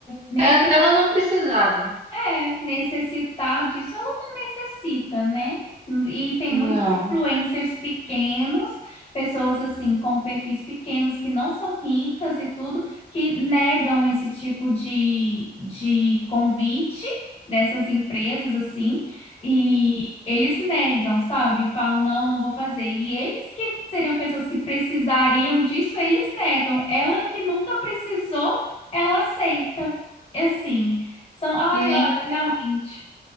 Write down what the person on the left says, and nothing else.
nesse
é, necessitar disso, ela não necessita, né? E tem
muitos influencers pequenos, pessoas assim, com perfis pequenos, que não são ricas e tudo, que negam esse tipo de, de convite dessas empresas, assim, e eles negam, sabe? Falam, não, não vou fazer. E eles que seriam pessoas que precisariam disso, eles negam. Ela que nunca precisou, ela aceita. Assim. São, ai,
Realmente.